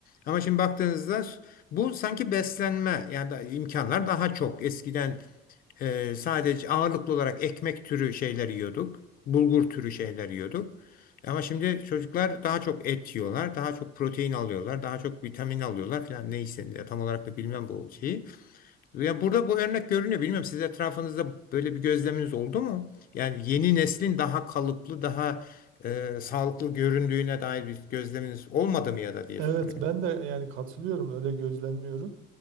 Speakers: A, on the left; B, on the right.
A: Ama şimdi baktığınızda bu sanki beslenme yani da imkanlar daha çok. Eskiden ee, sadece ağırlıklı olarak ekmek türü şeyler yiyorduk. Bulgur türü şeyler yiyorduk. Ama şimdi çocuklar daha çok et yiyorlar, daha çok protein alıyorlar, daha çok vitamin alıyorlar falan neyse ya tam olarak da bilmem bu şeyi. Ya burada bu örnek görünüyor. Bilmiyorum siz etrafınızda böyle bir gözleminiz oldu mu? Yani yeni neslin daha kalıplı, daha e, sağlıklı göründüğüne dair bir gözleminiz olmadı mı ya da diye
B: Evet
A: sorayım.
B: ben de yani katılıyorum öyle gözlemliyorum.